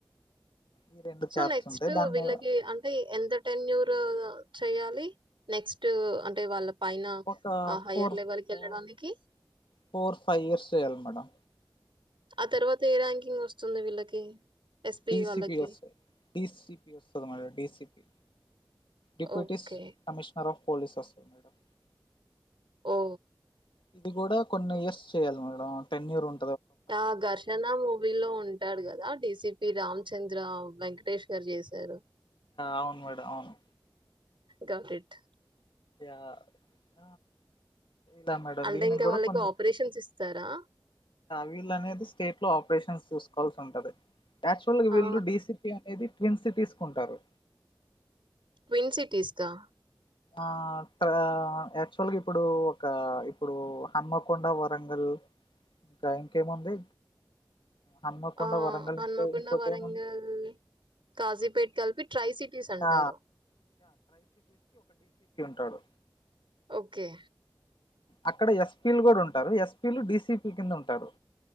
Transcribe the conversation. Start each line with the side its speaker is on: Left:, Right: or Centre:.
Left: ఈ రెండు
Right: సో
Left: క్యాప్స్
Right: నెక్స్ట్
Left: ఉంటాయి దాని
Right: వీళ్ళకి
Left: మీద
Right: అంటే ఎంత టెన్యూర్ చెయాలి నెక్స్ట్ అంటే వాళ్ళ పైన
Left: ఒక
Right: ఆహ్, హైయర్
Left: ఫోర్
Right: లెవెల్‌కెళ్ళడానికి?
Left: ఫోర్ ఫోర్ ఫైవ్ ఇయర్స్ చేయాలి మేడం
Right: ఆ తర్వాత ఏ ర్యాంకింగ్ వస్తుంది వీళ్ళకి ఎస్‌పీ
Left: డిసిపి
Right: వాళ్ళకి?
Left: వస్త డిసిపి వస్తది మే DCP deputies
Right: okay.
Left: Commissioner of police అస్తది మేడం
Right: ఓ
Left: ఇది కూడా కొన్ని ఇయర్స్ చేయాలి మేడం టెన్న్యూర్ ఉం
Right: ఆ ఘర్షణ మూవీ లో ఉంటాడు కదా డిసిపి రామ్ చ చంద్ర వెంకటేష్ గారు చేశారు
Left: అవును మేడం అవును
Right: గాట్ ఇట్.
Left: ఆ దా మేడం
Right: అంటే
Left: దీనికి
Right: ఇంకా
Left: కూడా
Right: వాళ్ళకి
Left: కొన్ని
Right: ఆపరేషన్స్ ఇస్తారా?
Left: విళ్లు అనేది స్టేట్ లో ఆపరేషన్స్ చూసుకోవాల్సి ఉంటది యాక్చువల్గా
Right: ఆ!
Left: వీళ్ళు డీసిపీ అనేది ట్విన్ సిటీస్ కుంటారు
Right: క్విన్ సిటీస్గా
Left: ఆ త్రా యాక్చువల్గా ఇప్పుడు ఒక ఇప్పుడు హన్మకొండ వరంగల్ ఇంకా ఇంకేముంది హన్మకొండ
Right: ఆ
Left: వరంగల్
Right: అన్నపిండ
Left: ఇంకో ఇంకోటి
Right: వరంగల్
Left: ఏముంది
Right: కాజీపేట కలిపి ట్రై సిటీస్ అంటారు
Left: ఆ టాడు
Right: ఓకే
Left: అక్కడ ఎస్పిలు కూడా ఉంటారు ఎస్పి లు డిసిపి కింద ఉంటారు